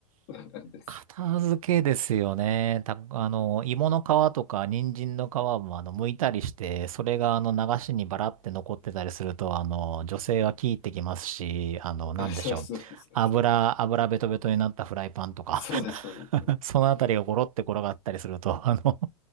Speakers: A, on the left; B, on the right.
A: <laughs> なんです。
B: 片付けですよね。た、あの、芋の皮とか人参の皮もあの、剥いたりして、それがあの、流しにバラって残ってたりすると、あの、女性は聞いてきますし、あの、なんでしょう。
A: そうそうです。
B: 油、油ベトベトになったフライパンとか
A: そうです、そうです。
B: <laughs>
A: そうです
B: そのあたりがゴロって転がったりすると、あの